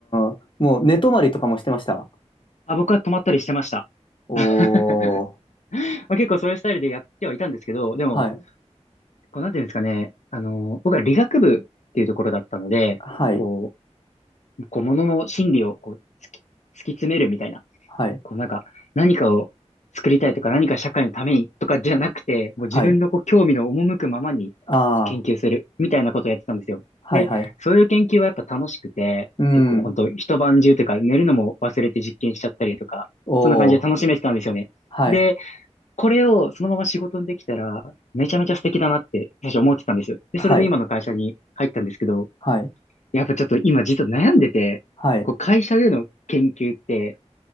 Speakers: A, on the left (about 45°); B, on the left (about 80°).
A: ん。もう寝泊まりとかもしてました。
B: あ、僕は泊まったりしてました。
A: おー。
B: <laughs> まあ、結構そういうスタイルでやってはいたんですけど、でも、
A: はい。
B: こう、なんていうんですかね、あのー僕は理学部っていうところだったので、
A: はい。
B: こう、こう、ものの心理をこう、突き、突き詰めるみたいな
A: はい。
B: こうなんか、何かを作りたいとか、何か社会のためにとかじゃなくて、もう自分のこう興味の赴くままにこう研究するみたいなことをやってたんですよ。
A: はい。ああ。はいはい。
B: で、そういう研究はやっぱ楽しくて、
A: うん。
B: 結構もう本当一晩中というか、寝るのも忘れて実験しちゃったりとか、
A: おー。
B: そんな感じで楽しめてたんですよね。
A: はい。
B: で、これをそのまま仕事にできたら、めちゃめちゃ素敵だなって、最初思ってたんです。で、
A: はい。
B: それで今の会社に入ったんですけど、
A: はい。
B: やっぱちょっと今実は悩んでて、
A: はい。
B: こう会社での研究って、